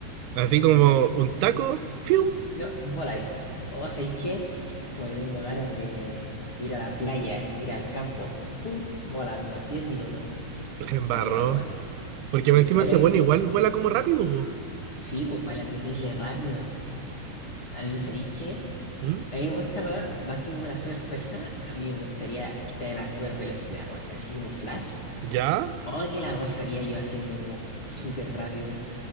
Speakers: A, on the right; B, on the left.
A: así
B: Así
A: como
B: que no sé, o-
A: un taco, ¡fium!
B: no, voláis. O sé qué. Como que tengo ganas de, de ir a la playa, así de ir al campo. ¡Pum! Volando. 10 minutos.
A: la embarró.
B: Estaría goti.
A: Porque
B: El
A: encima
B: vuelo
A: ese
B: y...
A: bueno igual vuela como rápido, po.
B: Sí, pues vuela terrible rápido. A mí, ¿sabéis qué?
A: ¿Mm?
B: A mí me gusta más, más que como la super fuerza, a mí me gustaría el tema de la super velocidad, weón, así como Flash.
A: ¿Ya?
B: O que la pasaría yo haciendo como súper rápido.